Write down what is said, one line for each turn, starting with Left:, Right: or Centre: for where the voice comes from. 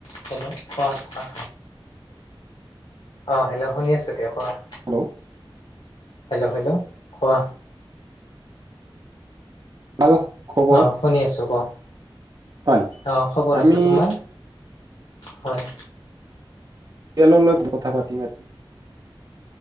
Left: Hello কোৱা কোৱা? অ' হেল্ল' শুনি আছোঁ দিয়া, কোৱা?
Right: ক'
Left: হেল্ল' হেল্ল' কোৱা?
Right: ভাল খবৰ
Left: অ' শুনি আছোঁ ক'
Right: হয়
Left: অ' খবৰ
Right: আমি
Left: আছো, তোমাৰ? হয়।
Right: <unintelligible> কথা পাতিম আজি।